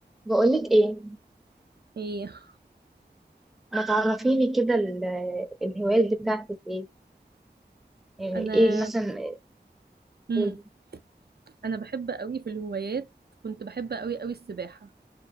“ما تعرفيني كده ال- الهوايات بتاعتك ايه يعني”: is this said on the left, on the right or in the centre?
Centre